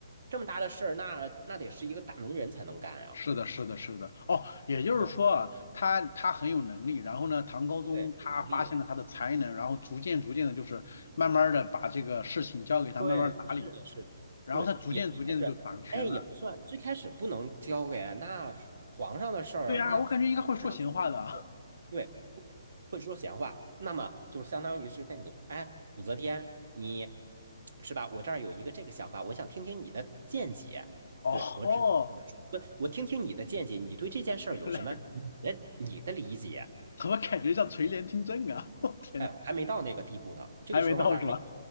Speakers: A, on the right (about 60°); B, on the left (about 65°).
A: 这么大的事儿，那那得是一个大能人才能干啊。
B: 是的，是的，是的。哦，也就是说啊，
A: 对
B: 他他很有能力，然后呢，唐高宗他发现了他的才能，
A: 对，有能力。
B: 然后逐渐逐渐的，就是慢慢的把这个事情交给他慢慢打理，
A: 对，是的，是的，
B: 然后他逐渐逐渐的就掌权了。
A: 对，也不算是，哎，也不算，最开始不能交给啊那皇上的事儿，
B: 对呀，
A: 那皇上
B: 我感觉应该会说闲话的啊。
A: 对对会会说闲话，
B: <laughs>
A: 那么就相当于是问你，哎，武则天，你是吧？我这儿有一个这个想法，我想听听你的见解。
B: 哦吼
A: 对，我只能跟他说，不，我听听你的见解，你对这件事儿有什么你的你的理解？
B: 原来怎么感觉像垂帘听政啊？<laughs> 我天呐，
A: 哎，还没到那个地步呢，这个时候还没，
B: 还没到是吧